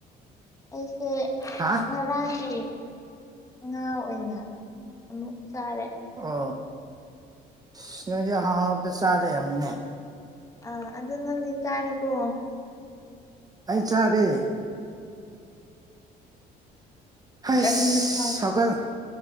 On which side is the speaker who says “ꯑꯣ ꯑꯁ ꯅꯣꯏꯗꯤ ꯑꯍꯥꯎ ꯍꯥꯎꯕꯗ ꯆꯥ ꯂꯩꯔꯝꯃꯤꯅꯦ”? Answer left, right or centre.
Right